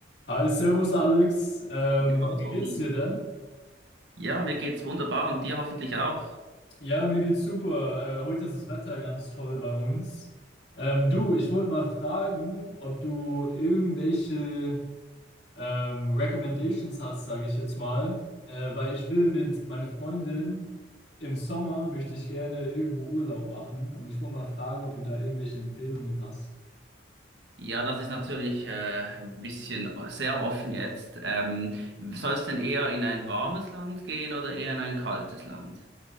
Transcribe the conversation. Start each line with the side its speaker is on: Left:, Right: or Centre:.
Left: Hi, Servus Alex. Ähm,
Right: Ja,
Left: wie
Right: Tommy.
Left: geht's dir denn?
Right: Ja, mir geht's wunderbar und dir hoffentlich auch.
Left: Ja, mir geht's super. Äh, heute ist das Wetter ganz toll bei uns. Ähm, du, ich wollte mal fragen, ob du irgendwelche ähm, Recommendations hast, sage ich jetzt mal, äh, weil ich will mit meiner Freundin im Sommer möchte ich gerne irgendwo Urlaub machen und ich wollte mal fragen, ob du da irgendwelche Empfehlungen hast.
Right: Ja, das ist natürlich äh, ein bisschen sehr offen jetzt. Ähm, soll es denn eher in ein warmes Land gehen oder eher in ein kaltes Land?